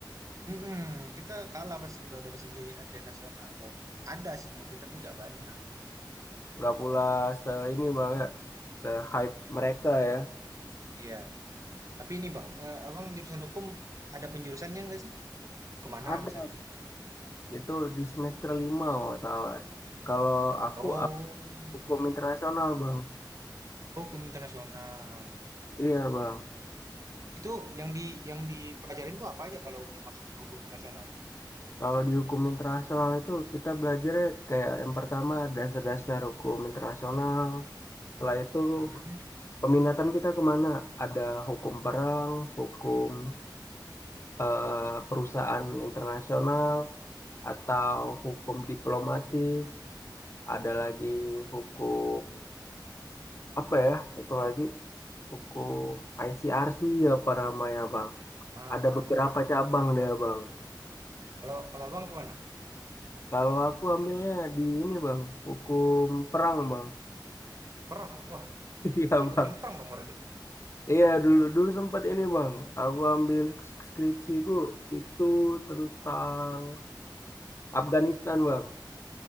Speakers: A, on the right; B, on the left.
A: Mhm, kita kalah pasti kalau dari segi atlet nasional. Wal- Ada sih maksudnya tapi nggak banyak.
B: Nggak pula se ini bang ya, se hype mereka ya.
A: Iya. Tapi ini bang, eh, abang jurusan hukum ada penjurusannya nggak sih? Kemana
B: Ada
A: misalnya gitu?
B: Itu di semester lima kalau nggak salah. Kalau aku
A: Oh,
B: ap-
A: Mhm.
B: hukum internasional bang.
A: oh hukum internasional.
B: Iya bang.
A: Itu yang di yang dipelajarin tuh apa aja kalau udah masuk ke hukum internasional?
B: Kalau di hukum internasional itu kita belajar kayak yang pertama dasar-dasar hukum internasional. Setelah itu
A: Mhm.
B: peminatan kita kemana? Ada hukum perang, hukum eh, perusahaan internasional, atau
A: Oh,
B: hukum diplomatis. Ada lagi hukum apa ya? Satu lagi hukum ICRC ya para maya
A: ah,
B: Ada beberapa
A: ya per-
B: cabang deh, Bang.
A: Kalau kalau abang kemana?
B: Kalau aku ambilnya di ini, Bang, hukum perang, Bang.
A: Perang. Wah,
B: <laughs> Iya,
A: ngikutin
B: Bang.
A: perang dong berarti.
B: Iya, dulu dulu sempat ini, Bang. Aku ambil sk- skripsiku itu tentang Afghanistan, Bang.